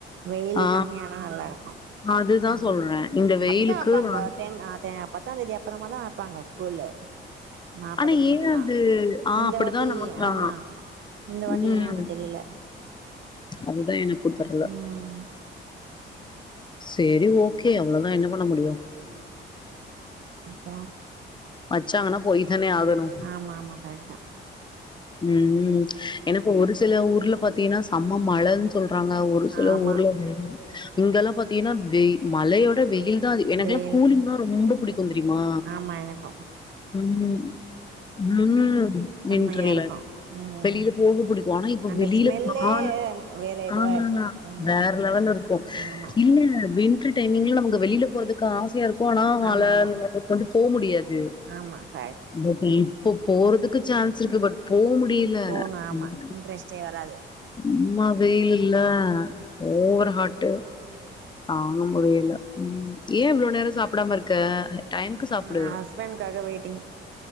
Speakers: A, on the right (about 70°); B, on the left (about 25°).
A: வெயில்
B: ஆ
A: கம்மியானா நல்லா இருக்கு
B: அதுதா
A: ம்
B: சொல்ற இந்த வெயிலுக்கு
A: அப்டிதா வப்பாங்க
B: நான்
A: டென் ஆதேன் பத்தாம் தேதி அப்புறமா தா வப்பாங்க ஸ்கூலு நா
B: ஆனா
A: படிக்கும்போதுல்லா
B: ஏ அது ஆ
A: இந்த
B: அப்டிதா
A: வாட்டி
B: நமக்குலா
A: ஆமா இந்த வாட்டி
B: ம்
A: ஏன் அப்டி தெரியில
B: அதுதா எனக்கும் தெர்ல
A: ம்
B: சேரி ஓகே அவ்ளதா என்ன பண்ண முடியும்
A: அப்பறம்
B: வச்சாங்கனா போயிதான ஆகணும்
A: ஆமா ஆமா கரெக்ட் தா
B: ம் ம் ஏனா போ ஒரு சில ஊர்ல பாத்தீங்கன்னா செம்ம மழனு சொல்றாங்க ஒரு சில
A: ஆமா
B: ஊர்ல இங்கெல்லா பாத்தீங்கன்னா வெயி மழையோட வெயில் தாது எனக்குல்லா
A: வெயில்
B: கூலிங்னா ரொம்ப புடிக்கும் தெரியுமா
A: மா எனக்கும்
B: ம் ம்
A: செம்மையா
B: நின்றல
A: இருக்கு ம்
B: வெளில போக பிடிக்கும் ஆனா இப்ப
A: அந்த
B: வெளில
A: ஸ்மெல்லே
B: கால
A: வேற இதுவா
B: ஆ
A: இருக்கு ம்
B: வேற லெவல்ல இருக்கும்
A: ஆமா
B: இல்ல இல்ல வெளி ட்ற டைமிங்ல நமக்கு வெளில போறதுக்கு ஆசையா இருக்கும் ஆனா நம்மாள
A: ஆமா ஆமா
B: அவ்ங்கள கொண்டு போ முடியாது
A: ஆமா க
B: பட்டு இப்ப போறதுக்கு சான்ஸ் இருக்கு பட் போ முடி இல்ல
A: போணு ஆமா
B: ம்
A: இன்ட்ரெஸ்ட்டே வராது
B: இம்மா வெயில் இல்ல ஓவர் ஹாட்டு தாங்க முடியல ம் ஏன் இவ்ளோ நேரம் சாப்படாம இருக்க டைம்க்கு சாப்டு
A: ய ஹஸ்பண்ட்க்காக வெயிட்டிங்